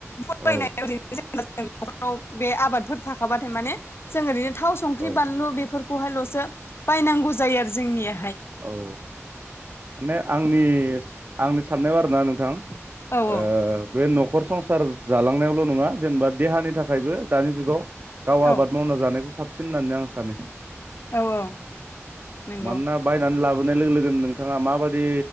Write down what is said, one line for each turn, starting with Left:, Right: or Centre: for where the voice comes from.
Left: फरायनायाव
Right: औ
Left: बा न'खराव बे आबादफोर थाखाबाथाय माने जों ओरैनो थाव संख्रि
Right: औ
Left: बानलु बेफोरखौ खौहायल'सो बायनांगौ जायो आरो जोंनिया
Right: औ माने आंनि-आंनि साननायाव आरोना नोंथां।
Left: औ औ
Right: ओ बे न'खर संसार जालांनायावल' नङा जेनेबा देहानि थाखायबो दानि जुगाव गाव आबाद
Left: औ
Right: मावना जानायखौ साबसिन होननानै आं सानो।
Left: औ-औ नोंगौ।
Right: मानोना बायनानै लाबोनाय लोगो-लोगोनो नोंथाङा माबायदि